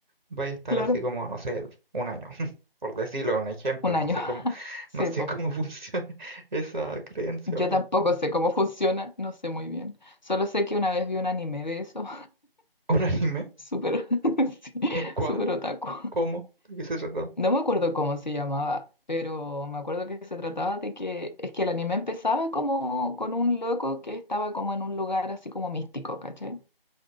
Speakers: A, on the right; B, on the left.
A: vas a estar
B: Claro.
A: así como, no sé, un año. <laughs> Por decirlo, un ejemplo,
B: Un
A: no
B: año.
A: sé cómo,
B: <laughs>
A: <laughs>
B: Sí,
A: no sé
B: po.
A: cómo <laughs> funciona esa creencia,
B: Yo
A: pero.
B: tampoco sé cómo funciona, no sé muy bien. Solo sé que una vez vi un anime de eso.
A: ¿Un anime?
B: Súper, <laughs> sí,
A: ¿Cuál?
B: súper otaku.
A: ¿Cómo? ¿De qué se trató?
B: No me acuerdo cómo se llamaba, pero me acuerdo que se trataba de que es que el anime empezaba como con un loco que estaba como en un lugar así como místico, ¿cachai?